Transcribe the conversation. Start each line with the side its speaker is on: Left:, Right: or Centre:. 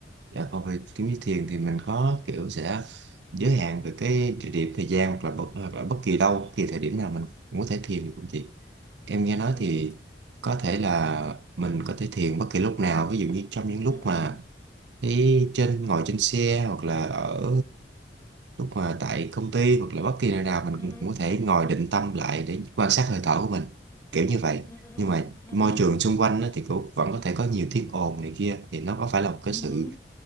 Right: dạ, còn về kiếm như thiền thì mình có kiểu sẽ giới hạn về cái địa điểm thời gian hoặc là bất, hoặc là bất kỳ đâu bất kỳ thời điểm nào mình cũng có thể thiền được không chị em nghe nói
Left: ừ
Right: thì có thể là mình có thể thiền bất kỳ lúc nào ví dụ như trong những lúc
Left: ừ ừ
Right: mà thì trên ngồi trên xe hoặc là ở lúc mà tại công ty hoặc là bất kỳ nơi nào mình
Left: ừ
Right: cũng cũng có thể ngồi định tâm lại để quan sát hơi thở của mình kiểu như vậy
Left: ừ ừ ừ
Right: nhưng mà
Left: ừ
Right: môi
Left: ừ ừ
Right: trường xung quanh đó thì cũng vẫn có thể có nhiều tiếng ồn này kia thì nó có phải là một cái
Left: ừ.
Right: sự
Left: ừ.